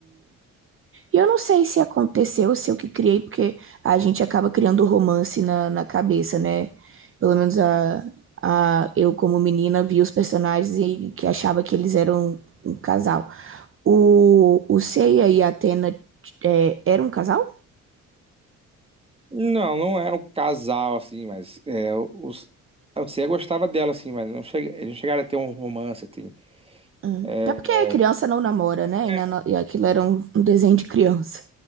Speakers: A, on the right (about 45°); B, on the right (about 20°).
A: E eu não sei se aconteceu, se eu que criei, porque a gente acaba criando romance na, na cabeça, né? Pelo menos a, a, eu, como menina, vi os personagens e que achava que eles eram um casal. O, o Seiya e a Atena é, eram um casal?
B: Não, não era um casal, assim, mas é, os, eu sei, gostava dela, assim, mas não chega, eles não chegaram a ter um romance, assim.
A: Hum.
B: É,
A: Até porque a criança não namora, né? E,
B: é,
A: na no- e aquilo era um, um desenho de criança.